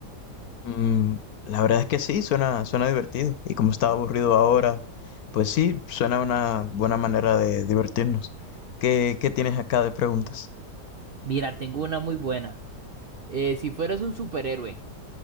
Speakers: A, on the left; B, on the right.
A: Mm, la verdad es que sí, suena, suena divertido. Y como estaba aburrido ahora, pues sí, suena una buena manera de divertirnos. ¿Qué, qué tienes acá de preguntas?
B: Mira, tengo una muy buena. Eh, si fueras un superhéroe,